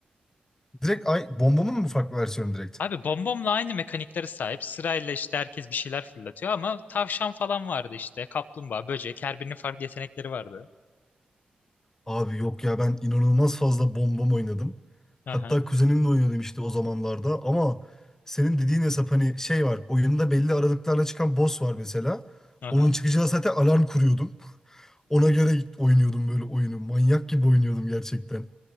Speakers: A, on the left; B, on the left.
A: <laughs> Direkt ay bombamın mı farklı versiyonu direkt?
B: Abi Bombom'la aynı mekaniklere sahip. Sırayla işte herkes bir şeyler fırlatıyor ama tavşan falan vardı işte. Kaplumbağa, böcek. Her birinin farklı yetenekleri vardı.
A: Abi yok ya ben inanılmaz fazla bombam oynadım.
B: Aha,
A: Hatta kuzenimle oynuyordum işte o zamanlarda ama senin dediğin hesap hani şey var oyunda belli aralıklarla çıkan boss var mesela.
B: aha.
A: Onun çıkacağı saate alarm kuruyordum. <laughs> Ona göre oynuyordum böyle oyunu. Manyak gibi oynuyordum gerçekten.